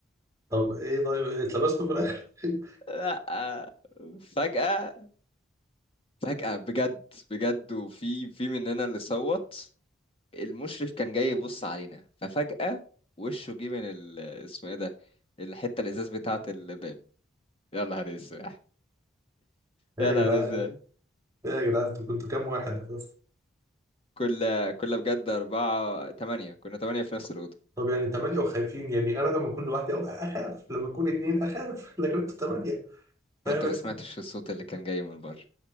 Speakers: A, on the right; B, on the left.
A: طب إيه طيب اتلبستوا في الآخر <laughs>
B: لا فجأة فجأة بجد بجد وفي في مننا اللي صوت المشرف كان جاي يبص علينا ففجأة وشه جه من ال اسمه ايه ده الحتة الإزاز بتاعة الباب يا نهار اسود
A: إيه
B: يا
A: يا
B: نهار
A: جدعان
B: اسود
A: إيه يا جدعان أنتوا كنتوا كام واحد بس
B: كل كل بجد أربعة تمانية كنا تمانية في نفس الأوضة
A: طب يعني تمانية وخايفين يعني أنا لما أكون لوحدي أو أخاف لما أكون اتنين أخاف <laughs> لكن أنتوا تمانية فاهم
B: وأنت
A: أنت
B: ما سمعتش الصوت اللي كان جاي من بره